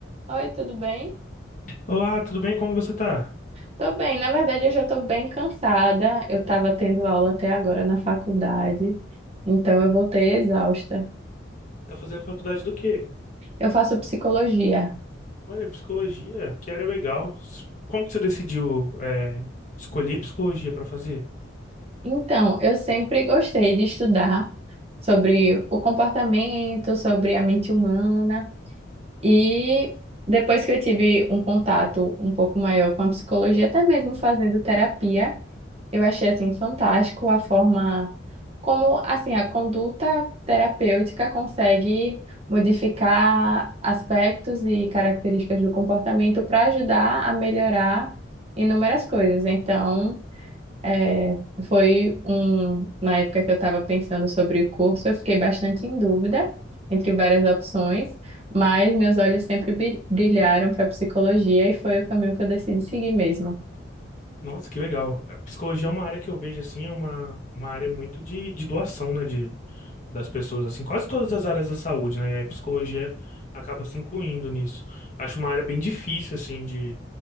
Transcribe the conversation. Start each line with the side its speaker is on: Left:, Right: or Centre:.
Right: Oi, tudo bem?
Left: Olá, tudo bem? Como você tá?
Right: Tô bem, na verdade eu já tô bem cansada. Eu tava tendo aula até agora na faculdade, então eu voltei exausta.
Left: Tá fazendo faculdade do quê?
Right: Eu faço psicologia.
Left: Olha, psicologia, que área legal. Como que você decidiu, é, escolher psicologia para fazer?
Right: Então, eu sempre gostei de estudar sobre o comportamento, sobre a mente humana. E depois que eu tive um contato um pouco maior com a psicologia, até mesmo fazendo terapia, eu achei assim fantástico a forma como assim a conduta terapêutica consegue modificar aspectos e características do comportamento para ajudar a melhorar inúmeras coisas. Então, é, foi um, na época que eu estava pensando sobre o curso, eu fiquei bastante em dúvida entre várias opções, mas meus olhos sempre bri- brilharam para psicologia e foi o caminho que eu decidi seguir mesmo.
Left: Nossa, que legal. A psicologia é uma área que eu vejo assim, é uma, uma área muito de, de doação, né? De das pessoas, assim, quase todas as áreas da saúde, né? E aí a psicologia acaba se incluindo nisso. Acho uma área bem difícil, assim, de,